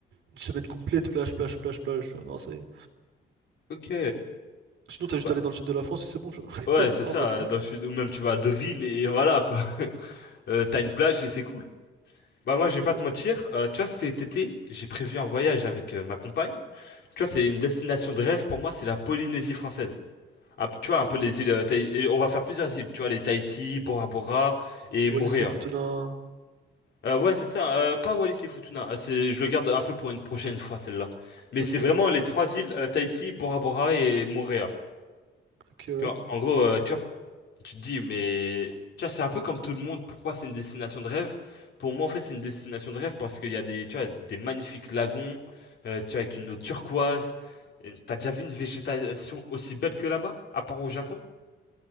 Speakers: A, on the right; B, on the left.
A: une semaine complète, plage, plage, plage, plage, tu vois. Non, ça y est.
B: Ok.
A: Sinon, t'as juste
B: Bah,
A: à aller dans le sud de la France et c'est bon, tu vois.
B: Ouais,
A: <laughs>
B: c'est
A: Ah
B: ça,
A: ouais.
B: dans le sud, ou même tu vas à Deauville et voilà quoi. <laughs> Euh, t'as une plage et c'est cool. Bah moi,
A: Ouais,
B: je
A: c'est
B: vais pas
A: ça,
B: te
A: c'est
B: mentir,
A: ça.
B: euh, tu vois, cet été, j'ai prévu un voyage avec euh, ma compagne. Tu vois, c'est une destination de rêve pour moi, c'est la Polynésie française. Un p- tu vois, un peu les îles, euh, Tahi- et on va faire plusieurs îles, tu vois, les Tahiti, Bora Bora et Moorea.
A: Wallis et Futuna.
B: Euh, ouais, c'est ça, euh, pas Wallis et Futuna, euh, c'est, je le garde un peu pour une prochaine fois, celle-là. Mais
A: Ok,
B: c'est vraiment
A: ok,
B: les trois îles, euh, Tahiti, Bora Bora et Moorea.
A: ok, ouais.
B: Tu vois, en gros, euh, tu vois, Tu te dis, mais tu vois, c'est un peu comme tout le monde. Pourquoi c'est une destination de rêve? Pour moi, en fait, c'est une destination de rêve parce qu'il y a des, tu vois, des magnifiques lagons, euh, tu vois, avec une eau turquoise. Et T'as déjà vu une végétation aussi belle que là-bas, à part au Japon?